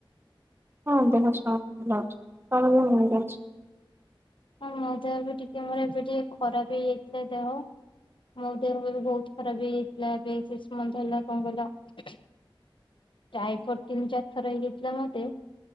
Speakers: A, on the right; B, on the left.
A: ହଁ ଦେହ ସବ ଭଲ ଅଛି ତମ ଦେହ କେମିତି ଅଛି?
B: ହଁ ମୋ ଦେହ ବି ଟିକେ ମୋର ଏବେ ଟିକେ ଖରାପ ହେଇଯାଇଥିଲା ଦେହ। ମୋ ଦେହ ବି ଏବେ ବହୁତ ଖରାପ ହେଇଯାଇଥିଲା ଏବେ ସିକ୍ସ ମନ୍ଥ ହେଲା କଣ କହିଲ ଟାଇଫୋଟ୍ ତିନି ଚାରିଥର ହେଇଯାଇଥିଲା ମୋତେ।